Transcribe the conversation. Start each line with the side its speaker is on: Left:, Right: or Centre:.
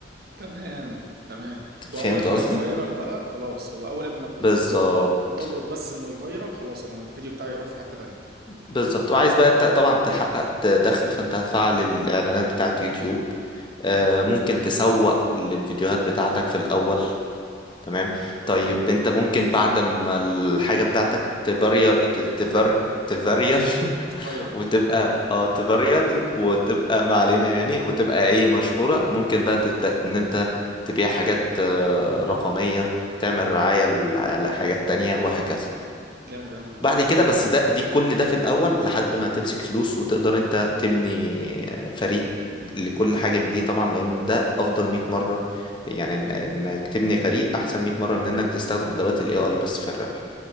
Right: تمام تمام
Left: فهمت
Right: واول ما
Left: قصدي؟
Right: يفيرال بقى خلاص هو اول ما ال-
Left: بالظبط
Right: تلقط بس انه يفيرال خلاص انا الفيديو بتاعي يروح في حتة تانية
Left: بالظبط وعايز بقى ت- طبعا تحقق ت- دخل فأنت هتفعل الإعلانات بتاعت يوتيوب آه، ممكن تسوق للفيديوهات بتاعتك في الأول تمام
Right: حلو
Left: طيب
Right: قوي
Left: انت ممكن بعد ما الحاجة بتاعتك تفاريال تفاري تفاريال <laughs>
Right: تفيرال
Left: وتبقى اه تفاريال وتبقى ما علينا يعني وتبقى ايه مشهورة ممكن بقى تبدأ ان انت تبيع حاجات آه، رقمية تعمل رعاية لحاجات تانية وهكذا
Right: جامد قوي جامد
Left: بعد كده
Right: لا ده
Left: بس ده دي كل ده في الأول لحد ما تمسك فلوس وتقدر أنت تبني فريق لكل حاجة من دي طبعا لأن ده أفضل 100 مرة يعني إن- إنك تبني فريق أحسن 100 مرة من إنك تستخدم أدوات ال AI بس في الربح